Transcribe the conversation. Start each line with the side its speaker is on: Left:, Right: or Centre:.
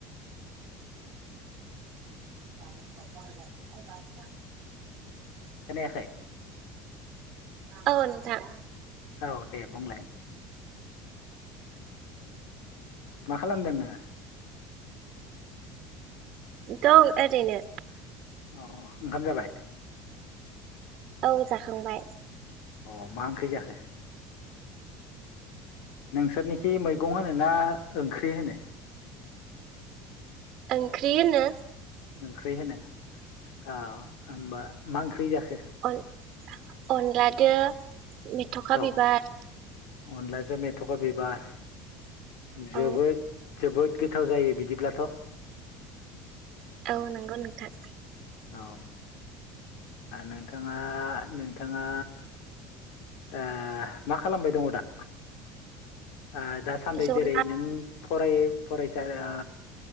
Right: <unintelligible>
Left: खोनायाखै
Right: औ नोंथां
Left: औ दे बुंलाय? मा खालामदों नोङो?
Right: दं ओरैनो।
Left: अ ओंखाम जाबाय?
Right: औ जाखांबाय।
Left: अ मा ओंख्रि जाखो? नोंसोरनिखै मैगं होनो ना ओंख्रि होनो?
Right: ओंख्रि होनो।
Left: ओंख्रि होनो। औ होमबा मा ओंख्रि जाखो?
Right: अन अनलाजों मेथ'खा
Left: औ
Right: बिबार।
Left: अनलाजों मे थ'खा बिबार जोबोद
Right: औ
Left: जोबोद गोथाव जायो बिदिब्लाथ'।
Right: औ नोंगौ नोंथां।
Left: औ ओ नोंथाङा, नोंथाङा ओ मा खालामबाय दङ दा? ओ दासान्दै
Right: जला
Left: जेरै नों फराय फरायसा ओ